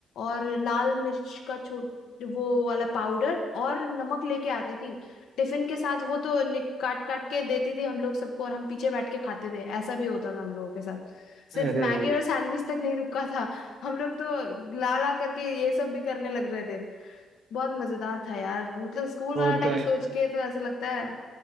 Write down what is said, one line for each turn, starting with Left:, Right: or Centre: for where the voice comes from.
Left: और लाल मिर्च का छोट वो वाला पाउडर और नमक लेके आती थी टिफिन के साथ वो तो नि- काट काट के देती थी हम लोग सबको और हम पीछे बैठ के खाते थे ऐसा भी होता था हम लोगों के साथ सिर्फ
Right: अरे
Left: मैगी और सैंडविच तक नहीं रुका था हम लोग तो ला ला करके ये सब भी करने लग रहे थे बहुत मजेदार था यार मतलब स्कूल
Right: वो
Left: वाला
Right: तो
Left: टाइम
Right: है
Left: सोच के तो ऐसा लगता है